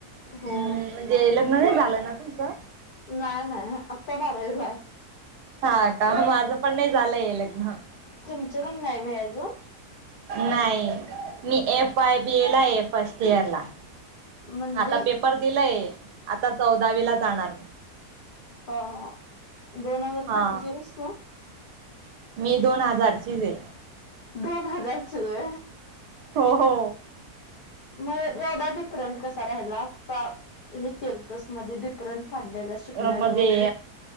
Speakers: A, on the left (about 50°); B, on the right (about 85°).
A: हो
B: हम्म म- झालं ना तुमचं-
A: नाही नाही. बारावीला आहे.
B: हा का माझं पण नाही झालंय लग्न-
A: तुमचं पण नाही व्हय अजून
B: नाही मी एफ आय बी ए ला ए फर्स्ट इयर ला-
A: म्हणजे
B: आता पेपर दिलाय. आता चौदावी ला जाणार.
A: अ दोन हजार
B: हा
A: कितीचे आहेस का.
B: मी दोन हजारचीच आहे.
A: दोन हजारचेय.
B: हो हो.
A: मग एवढा डिफरंट कसा राहिला हे केलतस मध्ये डिफरंट- काडल्याला शिकणाऱ्या
B: म्हणजे
A: बाबतीत.